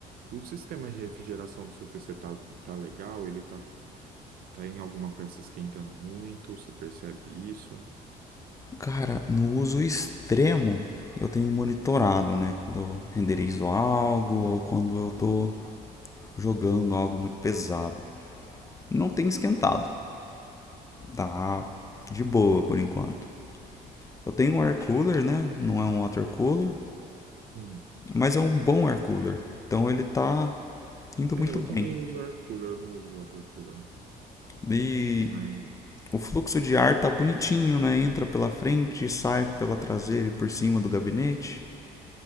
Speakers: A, on the right; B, on the left.
A: O sistema de refrigeração do seu PC tá, tá legal? Ele tá, tá em alguma peça esquentando muito? Você percebe isso?
B: Cara, no uso extremo, eu tenho monitorado, né? Quando eu renderizo algo ou quando eu tô jogando algo muito pesado. Não tem esquentado, tá de boa por enquanto. Eu tenho um air cooler, né? Não é um water cooler,
A: Sim.
B: mas é um bom air cooler. Então ele tá indo
A: É,
B: muito
A: eu
B: bem.
A: também uso air cooler, não uso water cooler,
B: E
A: mas
B: o fluxo de ar tá bonitinho, né? Entra pela frente e sai pela traseira e por cima do gabinete.